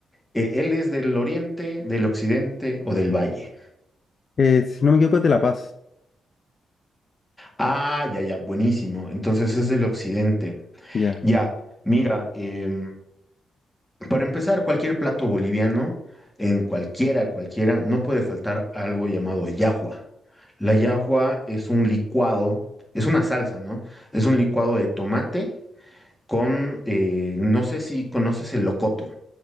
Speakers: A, in the centre; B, on the left.
A: eh, él es del oriente, del occidente o del valle.
B: Eh, si no me equivoco es de La Paz,
A: Ah, ya, ya, buenísimo. Entonces es del occidente.
B: ya.
A: Ya, mira, em, para empezar, cualquier plato boliviano, en cualquiera, cualquiera, no puede faltar algo llamado yahua. La yahua es un licuado, es una salsa, ¿no? Es un licuado de tomate con, eh, no sé si conoces el locoto.